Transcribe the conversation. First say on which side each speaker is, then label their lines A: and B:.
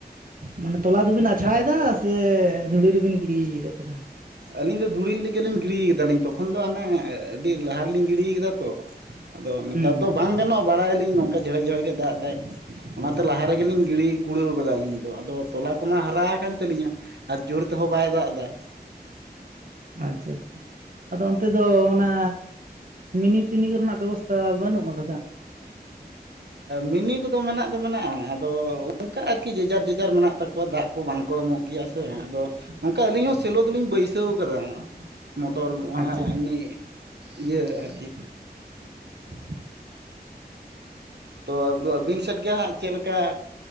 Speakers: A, on the right; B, on the right.
A: ᱢᱟᱱᱮ ᱛᱚᱞᱟ ᱫᱚᱵᱤᱱ ᱟᱪᱷᱲᱟᱭᱫᱟ ᱥᱮ ᱫᱷᱩᱲᱤ ᱨᱮᱵᱤᱱ ᱜᱤᱰᱤᱭᱮᱫ ᱟᱠᱟᱫᱟ?
B: ᱟᱹᱞᱤᱧ ᱫᱚ ᱫᱷᱩᱲᱤ ᱞᱤᱜᱮ ᱞᱤᱧ ᱜᱤᱲᱤᱭ ᱠᱟᱫᱟᱞᱤᱧ᱾ ᱛᱚᱠᱷᱚᱱ ᱫᱚ ᱦᱟᱱᱮ ᱟᱹᱰᱤ ᱞᱟᱦᱟ ᱨᱮ ᱞᱤᱧ ᱜᱤᱲᱤᱭ ᱠᱟᱫᱟ ᱛᱚ᱾ ᱟᱫᱚ ᱱᱮᱛᱟᱨ
A: ᱦᱩᱸ
B: ᱫᱚ ᱵᱟᱝ ᱜᱟᱱᱚᱜᱼᱟ᱾ ᱵᱟᱲᱟᱭᱟᱞᱤᱧ ᱱᱚᱝᱠᱟ ᱡᱷᱮᱲᱮᱠ ᱡᱷᱮᱲᱮᱠ ᱜᱮ ᱫᱟᱜ ᱫᱟᱭ᱾ ᱚᱱᱟᱛᱮ ᱞᱟᱦᱟ ᱨᱮᱜᱮ ᱞᱤᱧ ᱜᱤᱲᱤ ᱠᱩᱲᱟᱹᱣ ᱠᱟᱫᱟ ᱟᱹᱞᱤᱧ ᱫᱚ᱾ ᱟᱫᱚ ᱛᱚᱞᱟ ᱠᱚᱢᱟ ᱦᱟᱨᱟ ᱟᱠᱟᱱ ᱛᱟᱞᱤᱧᱟ᱾ ᱟᱨ ᱡᱳᱨ ᱛᱮᱦᱚᱸ ᱵᱟᱭ ᱫᱟᱜ ᱫᱟ᱾
A: ᱟᱪᱪᱷᱟ ᱟᱪᱪᱷᱟ᱾ ᱟᱫᱚ ᱚᱱᱛᱮ ᱫᱚ ᱚᱱᱟ ᱢᱤᱱᱤ ᱴᱤᱱᱤ ᱠᱚᱨᱮᱱᱟᱜ ᱵᱮᱵᱚᱥᱛᱟ ᱵᱟᱹᱱᱩᱜ ᱟᱠᱟᱫᱟ?
B: ᱢᱤᱱᱤ ᱠᱚᱫᱚ ᱢᱮᱱᱟᱜ ᱫᱚ ᱢᱮᱱᱟᱜᱼᱟ᱾ ᱟᱫᱚ ᱚᱱᱠᱟ ᱟᱨᱠᱤ ᱡᱮᱡᱟᱨ ᱡᱮᱡᱟᱨ ᱢᱮᱱᱟᱜ ᱛᱟᱠᱚᱣᱟ ᱫᱟᱜ ᱠᱚ ᱵᱟᱝ ᱠᱚ ᱮᱢᱚᱜ ᱜᱮᱭᱟ ᱥᱮ᱾ ᱟᱫᱚ ᱱᱚᱝᱠᱟ ᱟᱹᱞᱤᱧ ᱦᱚᱸ ᱥᱮᱞᱳ ᱫᱚᱞᱤᱧ ᱵᱟᱹᱭᱥᱟᱹᱣ ᱠᱟᱫᱟ᱾ ᱢᱚᱴᱚᱨ ᱚᱱᱟ
A: ᱟᱪᱪᱷᱟ
B: ᱮᱢᱱᱤ ᱤᱭᱟᱹ ᱟᱨᱠᱤ᱾
A: <inaudible>
B: ᱛᱚ ᱟᱫᱚ ᱟᱹᱵᱤᱱ ᱥᱮᱫ ᱜᱮ ᱦᱟᱸᱜ ᱪᱮᱫᱽᱞᱮᱠᱟ